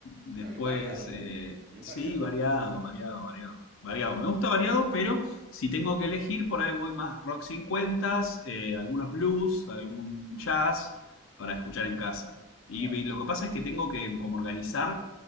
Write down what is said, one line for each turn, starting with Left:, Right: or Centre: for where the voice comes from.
Left: después,
Right: Ah, bien variado,
Left: eh,
Right: ¿eh? Bien
Left: sí,
Right: variado.
Left: variado,
Right: Mola.
Left: variado, variado. Variado.
Right: Mola.
Left: Me gusta variado, pero si tengo que elegir, por ahí voy más rock 50, eh, algunos blues, algún jazz para escuchar en casa. Y,
Right: Guay.
Left: y lo que pasa es que tengo que como organizar,